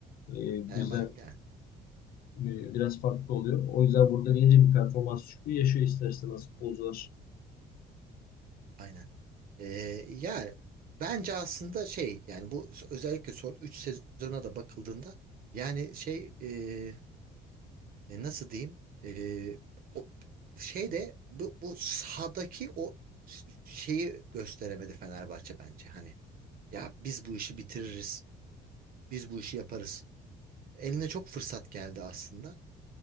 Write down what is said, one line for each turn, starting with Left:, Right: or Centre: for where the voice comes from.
Left: E,
Right: E,
Left: bizden
Right: Ama yani
Left: e, biraz farklı oluyor. O yüzden burada gelince bir performans düşüklüğü yaşıyor ister istemez futbolcular.
Right: Aynen. Ee, ya bence aslında şey yani bu özellikle son 3 sezona da bakıldığında yani şey e, e, nasıl diyeyim e, o şey de bu, bu sahadaki o ş- şeyi gösteremedi Fenerbahçe bence hani ya biz bu işi bitiririz biz bu işi yaparız eline çok fırsat geldi aslında